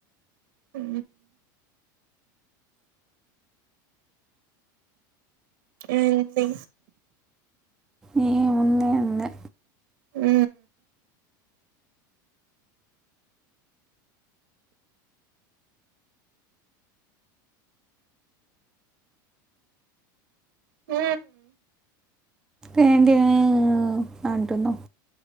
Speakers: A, on the right; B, in the centre.
A: హ ఏంటి
B: ఏముంది అందే
A: ఉ ఉ
B: ఏంటి ఉ ఉ అంటున్నావ్